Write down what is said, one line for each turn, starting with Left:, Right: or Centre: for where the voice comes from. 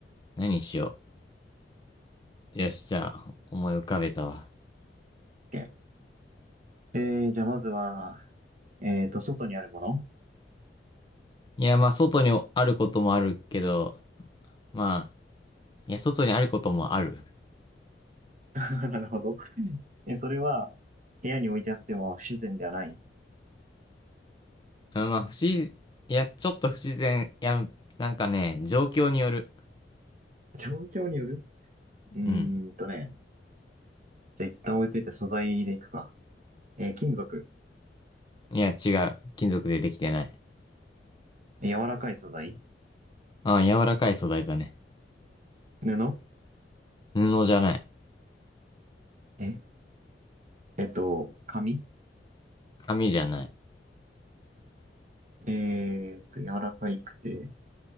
Left: 何しよう。よし、じゃあ、思い浮かべたわ。
Right: OK。えー、じゃあまずは、えっと、外にあるもの
Left: いや、まあ、外にあることもあるけど、まあ、いや、外にあることもある。
Right: <laughs> なるほど。え、それは、部屋に置いてあっても不自然ではない。
Left: うんまあ、不自、いや、ちょっと不自然。いや、なんかね、状況による。
Right: 状況によるうーんとね。
Left: うん。
Right: じゃあ一旦置いといて素材でいくか。えー金属。
Left: いや、違う。金属でできてない。
Right: えー柔らかい素材。
Left: ああ、柔らかい素材だね。
Right: 布
Left: 布じゃない。
Right: え、えっと、紙
Left: 紙じゃない。い
Right: えーっと、柔らかいくて、